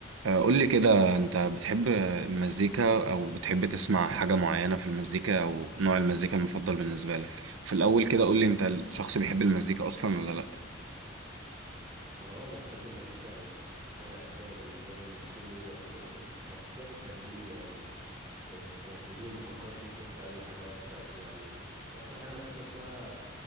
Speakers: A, on the right (about 80°); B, on the right (about 25°).
A: آه، قول لي كده انت بتحب المزيكا او بتحب تسمع حاجة معينة في المزيكا او نوع المزيكا المفضل بالنسبة لك في الاول كده قول لي انت الشخص بيحب المزيكا اصلا ولا لا
B: هو انا بحب المزيكا يعني حاجه اساسيه بالنسبه لي كل يوم يعتبر بت... بحسها بتهديني او بتخليني ما افكرش مثلا في اي حاجه وحشه او كده يعني اكتر حاجه بحب اسمعها